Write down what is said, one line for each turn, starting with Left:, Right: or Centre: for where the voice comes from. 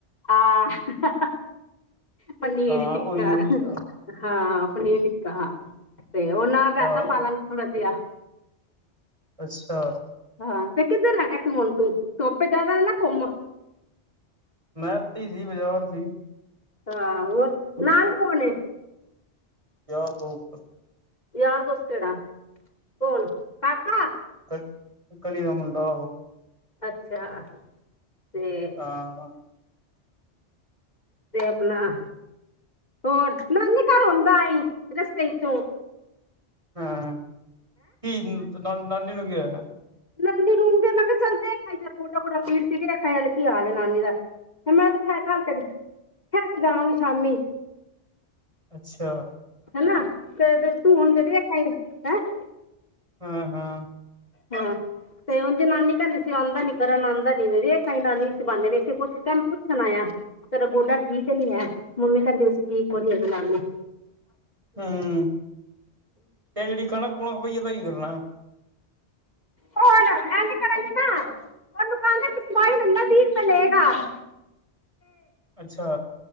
Left: ਹ ਪਨੀਰ
Right: ਹਾਂ
Left: ਟਿੱਕਾ
Right: ਉਹੀ ਉਹੀ ਆ
Left: ਹਾਂ ਪਨੀਰ ਟਿੱਕਾ ਹਾਂ ਤੇ ਉਹ ਨਾਲ ਰਾਇਤਾ
Right: ਹਾਂ
Left: ਪਾਲਾਂਗੇ ਥੋੜਾ ਜਿਹਾ
Right: ਅੱਛਾ
Left: ਹਾਂ ਕਿੱਧਰ ਹ ਨਾ ਤੂੰ ਹੁਣ ਤੂੰ ਧੋਪੇ ਜਿਆਦਾ ਨਾ ਨਾ ਘੁੰਮ
Right: ਮੈਂ ਧੀ ਸੀ ਬਜੌਰ ਸੀ
Left: ਆਹ ਹੋਰ ਨਾਲ ਕੋਣ ਏ
Right: ਕਿਆ ਹੋਗਾ
Left: ਯਾਰ ਦੋਸ ਕਿਹੜਾ ਕੌਣ ਪਾਪਾ
Right: ਕ ਕਲੀ ਦਾ ਮੁਡਾਂ
Left: ਅੱਛਾ ਤੇ
Right: ਆਹ
Left: ਤੇ ਆਪਣਾ ਹੋਰ ਨਾਨੀ ਘਰ ਆੁੰਦਾ ਆਂਈ ਰਸਤੇੋਂ ਚੋ
Right: ਹਾਂ ਕੀ ਨਾਨੀ ਕੀ ਹੋਆ
Left: ਨਾਨੀ ਨੂੰ ਤੇ ਮੈਂ ਕਿਹਾ ਚੱਲਦੇ ਆਖ ਗੋਡਾ-ਗੋਡਾ ਫੀਰ ਸੀਗੇਖ ਨਾਲ ਕੀ ਹਾਲ ਨਾਨੀ ਦਾ- ਮੈਂ ਤੇ ਠ ਘਲ ਕੇ ਠਹਿ ਕੇ ਜਾਵਾਂਗੀ ਸ਼ਾਮੀ
Right: ਅੱਛਾ
Left: ਹੈਨਾ ਤੇ ਤੂੰਣ ਜਿਹੜੇ <unintelligible>
Right: ਹਾਂ-ਹਾਂ
Left: ਹਮ ਤੇ ਉੰਝ ਨਾਨੀ ਕਹਿੰਦੀ ਸੀ ਆਉਂਦਾ ਨੀ ਕਰਨ ਆਉਂਦਾ ਨੀ ਮ ਵੀ ਵੇਖ ਆਂਈ ਨਾਨੀ ਇਸੀ ਬਾਨੇ ਵੇਖੇ ਪੁੱਛ ਕੇ ਪੁੱਛਣ ਆਯਾਂ ਤੇਰਾ ਗੋਡਾ ਠੀਕ ਨੀ ਹੈ ਮੰਮੀ ਕਹਿੰਦੀ ਪਈਸੀ ਠੀਕ ਹੋਣੀ ਹੈ ਬਣਾਣੀ
Right: ਹਮ ਇਹ ਜਿਹੜੀ ਕਣਕ ਕੁਣਕ ਪਈ ਇਹਦਾ ਕੀ ਕਰਨਾ
Left: ਹੋਰ ਐਵੇਂ ਕਰਾਂਗੇ ਨਾ ਉਹ ਦੁਕਾਨਵਾਦ ਇਸਵਾਈ ਲੈਂਦਾ ਤੀਹ ਰੁਪਏ ਲਏਗਾ <inaudible>
Right: ਅੱਛਾ